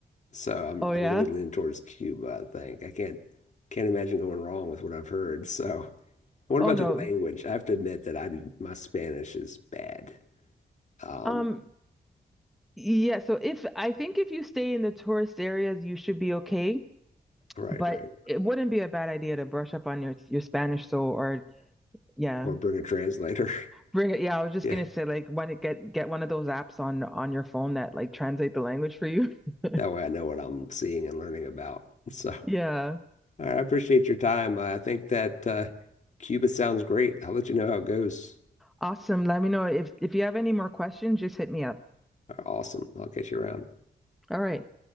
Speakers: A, on the left; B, in the centre.
A: So I'm
B: Oh yeah?
A: I'm really leaning towards Cuba, I think. I can't can't imagine going wrong with what I've heard. So what
B: Oh
A: about
B: no.
A: the language? I have to admit that I did, my Spanish is bad. Um,
B: Um Yeah, so if I think if you stay in the tourist areas, you should be okay,
A: right,
B: but
A: right.
B: it wouldn't be a bad idea to brush up on your your Spanish so or yeah.
A: Or bring a translator. <laughs>
B: Bring it. Yeah, I was just
A: Yeah.
B: gonna say like want to get get one of those apps on on your phone that like translate the language for you. <laughs>
A: That way I know what I'm seeing and learning about. So
B: Yeah.
A: all right, I appreciate your time. I think that uh, Cuba sounds great. I'll let you know how it goes.
B: Awesome. Let me know if if you have any more questions, just hit me up.
A: Awesome. I'll catch you around.
B: All right.